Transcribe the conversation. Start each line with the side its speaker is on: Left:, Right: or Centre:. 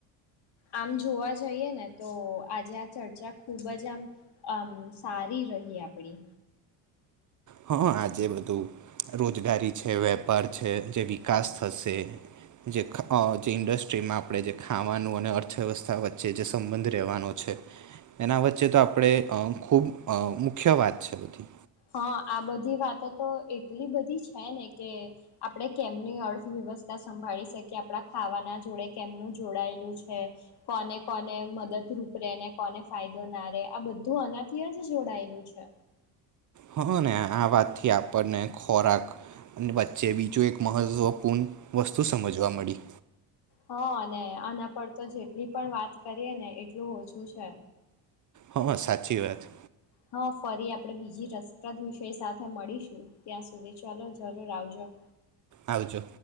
Left: આમ જોવા જઈએ ને તો આજે આ ચર્ચા ખુબ જ આમ આમ સારી રહી આપડી.
Right: હા આજે બધું રોજગારી છે, વેપાર છે જે વિકાસ થશે જે જે ઇન્ડસ્ટ્રીમાં આપણે જે ખાવાનું અને અર્થવ્યવસ્થા વચે જે જે સંબંધ રહેવાનો છે. એના વચ્ચે તો આપણે ખૂબ મુખ્ય વાત છે બધી.
Left: હા આ બધી વાતો તો એટલી બધી છે ને કે આપણે કેમની અર્થવ્યવસ્થા સંભાળી શકીએ આપણા ખાવાના જોડે કેમનું જોડાયેલું છે, કોને કોને મદદરૂપ રે ને કોને ફાયદો ના રહેે આ બધું આનાથી જ જોડાયેલું છે.
Right: હા ને આ વાતથી આપણને ખોરાક વચ્ચે બીજું એક મહત્ત્વપૂર્ણ વસ્તુ સમજવા મળી.
Left: હા આના પર તો જેટલી પણ વાત કરીએ ને એટલું ઓછું છે.
Right: હા સાચી વાત.
Left: હા ફરી આપણે બીજી રસપ્રદ વિષય સાથે મળીશું ત્યાં સુધી ચાલો જરૂર આવજો.
Right: આવજો.